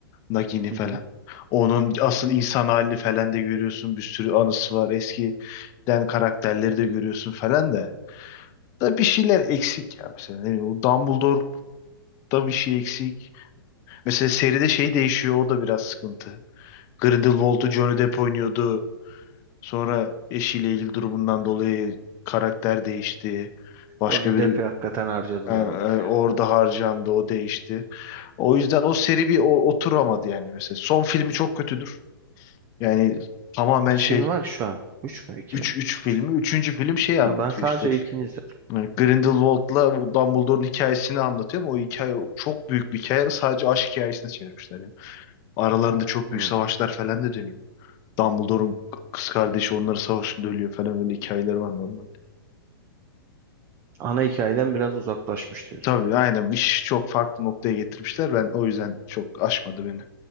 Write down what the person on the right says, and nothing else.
Hı
hı.
Johnny
Depp'i hakikaten harcadılar
orada ya.
Üç
filmi var ki şu an. Üç mü? İki
mi?
Üç mü?
Ya Ben sadece
ilkini izledim.
Hı.
Ana hikayeden biraz uzaklaşmış diyorsun.